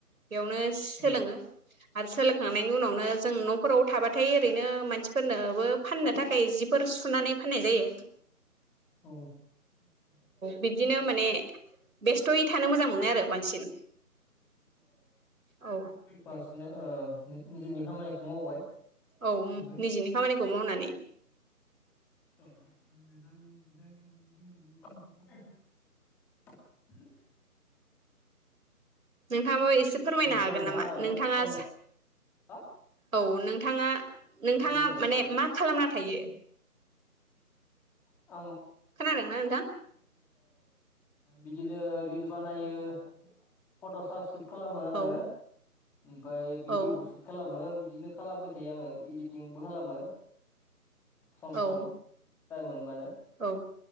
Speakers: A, on the right (about 60°); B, in the centre.
A: बेयावनो सोलोङो
B: औ
A: आरो सोलोख। थांनायनि उनावनो जों न। खराव थाबाथाय ओरैनो मानसिफोरनोबो फाननो थाखाय जिफोर सु। सुनानै फाननाय जायो
B: औ औ औ
A: बिदिनो माने बेस्थ'यै थानो मोजां मोनो आरो बांसिन औ
B: बास। ओ-नि-निजेनि खामानिखौ मावबाय।
A: औ
B: ओमफ्राय
A: निजेनि खामानि खौ मावनानै
B: <unintelligible>
A: नोंथाङाबो एसे फोरमायनो
B: बेनिफ्राय
A: हागोन
B: नोंथाङा
A: नामा
B: माबाफोर
A: नोंथाङा
B: सोंनो
A: सा।
B: हा
A: औ नोंथाङा नोंथाङा
B: दे बुंलाय
A: माने मा खालामना थायो
B: <unintelligible>
A: खोनादोंना नोंथां
B: बिदिनो रिल्स बानायो फट स सु। खालामो आङो
A: औ
B: ओमफाय भिडिअबो
A: औ
B: सुट खालामो बिदिनो खालामबाय थायो आङो इदिट। टिंबो खालामो सम
A: औ
B: सम टाइम मोनबानो।
A: औ